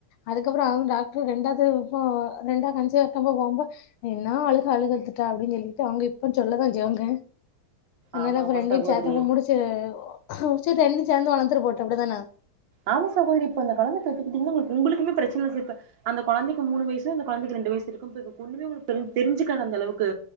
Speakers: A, on the left (about 80°); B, on the right (about 65°).
A: அதுக்கப்புறோ அவுங் டாக்ட்ரு ரெண்டாவது போ ரெண்டாவது கன்சீவ் ஆயிருக்கும்போ போம்போ என்ன அழுக அழுது எடுத்துட்டா அப்டின்னு சொல்லிட்டு அவங்க இப்ப சொல்லதா செய்வாங்க அதனால
B: ஆமா
A: அப்ப
B: ஆமா
A: ரெண்டயு
B: சகோதரி
A: சேத்தப்ப முடிச்சு ஆ சேரி ரெண்டு சேந்து வளந்துட்டு போகுட்டு அப்டிதான
B: ஆமா சகோதரி இப்ப அந்த கொழந்த பெத்துக்கிட்டீங்கன்னா உங்களுக் உங்களுக்குமே பிரச்சன இல்ல ச இப்ப அந்த கொழந்தைக்கி மூணு வயசு அந்த கொழந்தைக்கி ரெண்டு வயசு இருக்கும்போது ஒண்ணுமே உங்களுக்கு தெரிஞ் தெரிஞ்சுக்காது அந்தளவுக்கு